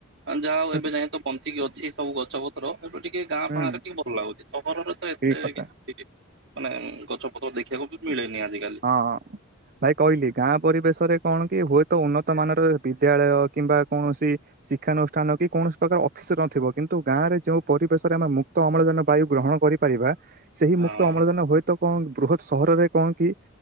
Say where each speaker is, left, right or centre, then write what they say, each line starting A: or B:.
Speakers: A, on the right (about 60°); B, on the right (about 45°).
A: ହଁ ଯାହା ହୋଉ
B: ହୁଁ
A: ଏବେ ଯାଏଁ ତ ପ ଯେତିକି ଅଛି ସବୁ ଗଛପତ୍ର ଏଠୁ ଟିକେ ଗାଁ
B: ହୁଁ
A: ଫାଁରେ ଟିକେ ଭଲ ଲାଗୁଚି ସହରରେ ତ ଏ
B: ଠିକ କଥା।
A: ଏଠି ମାନେ ଗଛ ପତ୍ର ଦେଖିବାକୁ ବି ମିଳେନି ଆଜିକାଲି।
B: ହଁ। ଭାଇ କହିଲି ଗାଁ ପରିବେଶରେ କଣ କି ହୁଏତ ଉନ୍ନତ ମାନର ବିଦ୍ୟାଳୟ କିମ୍ବା କୌଣସି ଶିକ୍ଷାନୁଷ୍ଠାନ କି କୌଣସି ପ୍ରକାର ଅଫିସ ନଥିବ କିନ୍ତୁ ଗାଁ ରେ ଯେଉଁ ପରିବେଶରେ ଆମେ ମୁକ୍ତ ଅମ୍ଳଜାନ ବାୟୁ ଗ୍ରହଣ କରିପାରିବା ସେହି
A: ହଁ।
B: ମୁକ୍ତ ଅମ୍ଳଜାନ ହୁଏ ତ କଣ ବୃହତ୍ ସହରରେ କଣ କି